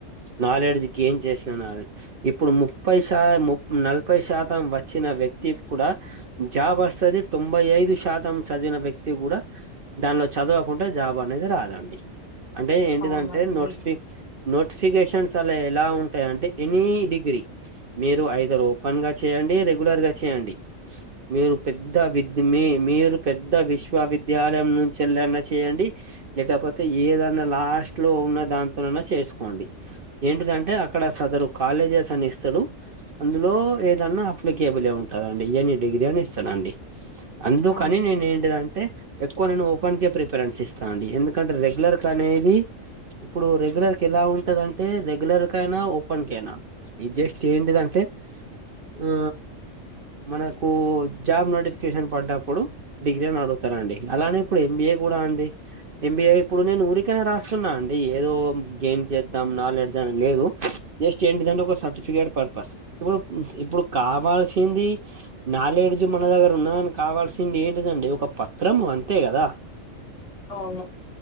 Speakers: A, on the right; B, on the left.
A: నాలెడ్జ్కి గైన్ చేస్తున్నాది ఇప్పుడు ముప్పై శా ము నలభైశాతం వచ్చిన వ్యక్తి కూడా జాబ్ వస్తది. తొంభైఐదు శాతం చదివిన వ్యక్తి కూడా దానిలో చదువ కుంటే జాబ్ అనేది రాదండి అంటే ఏంటిదంటే
B: అవును అది
A: నోటిఫి
B: నిజం
A: నోటిఫికేషన్స్ అనేవి ఎలా ఉంటాయంటే ఎనీ డిగ్రీ మీరు ఐదర్ ఓపెన్ గా చేయండి, రెగ్యులర్ గా చేయండి. మీరు పెద్ద వి మీ మీరు పెద్ద విశ్వవిద్యాలయం నుంచి వెళ్ళిన చేయండి లేకపోతే ఏదన్నా లాస్ట్ లో ఉన్న దాంతోనైనా చేసుకోండి. ఏంటిదంటే అక్కడ సదరు కాలేజెస్ అని ఇస్తాడు అందులో ఏదన్నా అప్లికేబులే ఉంటాదండి ఎనీ డిగ్రీ అయినా ఇస్తాడండి. అందుకని
B: అవును
A: నేను ఏంటిదంటే ఎక్కువ నేను ఓపెన్ కే ప్రిఫ రెన్స్ ఇస్తానండి, ఎందుకంటే రెగ్యులర్ కి అనేది ఇప్పుడు రెగ్యులర్ కి ఎలా ఉంటదంటే, రెగ్యులర్ కి అయినా ఓపెన్ కి అయినా ఇది జస్ట్ ఏంటిదింటే ఆ మనకు జాబ్ నోటిఫికేషన్ పడ్డప్పుడు డిగ్రీని అడుగుతారండి అలానే ఇప్పుడు ఎంబిఏ కూడా అండీ ఎంబిఏ ఇప్పుడు నేను ఊరికనే రాస్తున్నా అండి, ఏదో గెయిన్ చేద్దాం నాలెడ్జ్ అని లేదు. జస్ట్ ఏంటిదంటే ఒక సర్టిఫికేట్ పర్పస్ ఇప్పుడు ఇప్పుడు కావాల్సింది నాలెడ్జ్ మన దగ్గర ఉన్నదని కావాల్సింది ఏంటిదండి, ఒక పత్రం అంతే కదా.
B: అవును